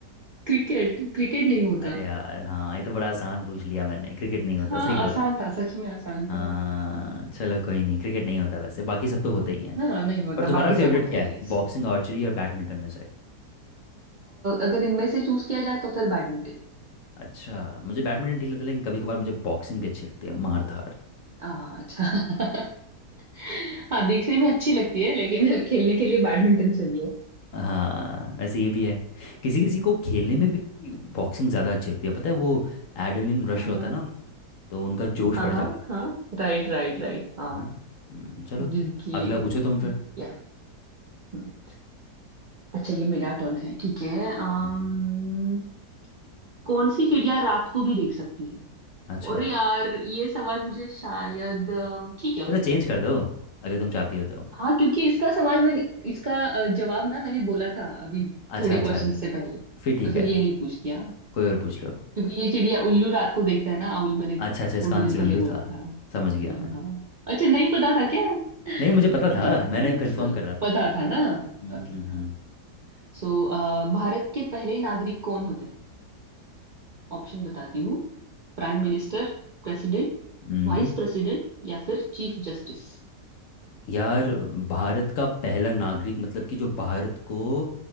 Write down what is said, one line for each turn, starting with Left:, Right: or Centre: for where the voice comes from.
Right: क्रिकेट क्रिकेट नहीं होता
Left: अरे यार हाँ ये तो बड़ा आसान पूछ लिया मैंने क्रिकेट नहीं होता
Right: हाँ
Left: सही
Right: आसान
Left: बोला
Right: था सच में आसान था
Left: हाँ
Right: हम्म,
Left: चलो कोई नहीं क्रिकेट नहीं होता वैसे बाकी सब तो होते ही हैं
Right: हाँ नहीं होता
Left: और तुम्हारा
Right: बाकी सब
Left: फेवरेट
Right: होते
Left: क्या
Right: हैं
Left: है
Right: यस
Left: बॉक्सिंग आर्चरी और बैडमिंटन में से
Right: अगर इनमें से चूज किया जाए तो फिर बैडमिंटन
Left: अच्छा मुझे बैडमिंटन ठीक लगता है लेकिन कभी कभार मुझे बॉक्सिंग भी अच्छी लगती है मार धाड़
Right: हाँ अच्छा <laughs> हाँ देखने में अच्छी लगती है लेकिन <laughs> खेलने के लिए बैडमिंटन सही है
Left: हाँ वैसे ये भी है किसी किसी को खेलने
Right: हम्म,
Left: में भी बॉक्सिंग ज़्यादा अच्छी लगती है पता है वो एड्रेनलिन रश
Right: हाँ
Left: होता
Right: हाँ
Left: है ना उनमें तो उनका जोश
Right: हाँ
Left: बढ़
Right: हाँ
Left: जाता है वो
Right: हाँ
Left: खेल के
Right: राइट राइट राइट हाँ
Left: है ना हम्म, चलो
Right: जिनकी
Left: अगला पूछो तुम फिर
Right: या हम्म। अच्छा ये मेरा टर्न है ठीक है अम,
Left: हम्म।
Right: कौन सी चिड़िया रात को भी देख सकती है
Left: अच्छा
Right: अरे यार ये सवाल मुझे शायद अम, ठीक है ओके
Left: चलो चेंज कर दो अगर तुम चाहती हो तो
Right: हाँ क्योंकि इसका सवाल मैंने इसका अ, जवाब ना मैंने बोला था अभी
Left: अच्छा
Right: थोड़े
Left: अच्छा
Right: क्वेश्चन से पहले तो
Left: फिर ठीक
Right: फिर
Left: है
Right: ये नहीं पूछ किया
Left: कोई और पूछ लो
Right: क्योंकि ये चिड़िया उल्लू रात को देखता है ना आउल मैंने
Left: अच्छा अच्छा इसका
Right: थोड़ी
Left: आंसर
Right: देर पहले
Left: उल्लू
Right: बोला
Left: था
Right: था
Left: समझ गया
Right: अ, हाँ
Left: मैं
Right: अच्छा नहीं पता था क्या
Left: नहीं मुझे पता था
Right: अरे यार
Left: मैंने
Right: टर्न मिस
Left: कंफर्म
Right: कर
Left: कर
Right: दी
Left: रहा था
Right: पता था ना
Left: हम्म
Right: ओके
Left: हम्म
Right: हाँ सो भारत के पहले नागरिक कौन होते हैं ऑप्शन बताती हूँ Prime minister president
Left: हम्म
Right: vice
Left: हम्म।
Right: president या फिर चीफ जस्टिस
Left: यार भारत का पहला नागरिक मतलब कि जो भारत को अ,